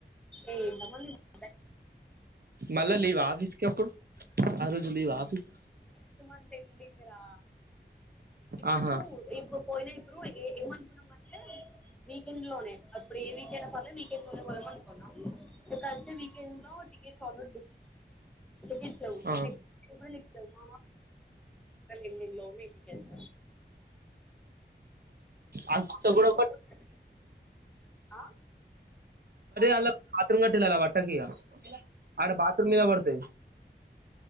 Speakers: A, in the centre; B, on the right.
A: ఉ ఉ సంబందింట
B: మళ్ళ వ ఆఫీస్కిప్పుడు ఆ రోజు లీవ్ ఆఫీస్
A: సుమంతంతందిడింగరా ఇప్పుడు
B: ఆహా
A: ఇంకో పోయినా ఇప్పుడు ఏ ఏమనుకున్నాం అంటే వీకెండ్ లోనే అప్పుడు ఏ వీకెండ్ అ ప వీకెండ్ లోనేదం అనుకున్నాం ఇప్పుడు వచ్చే వీకెండ్ లో టికెట్స్ ఆల్రెడీ బుక్ వీకెండ్సలో
B: ఆ
A: ఎక్స్క్స్ట్ మ ఎ లో కెస
B: ఆ అ తగ బర
A: లో పోతే ఆ
B: అ మతంగ వాట్టకి అ బాథరుూమ్ మీ దబడుతే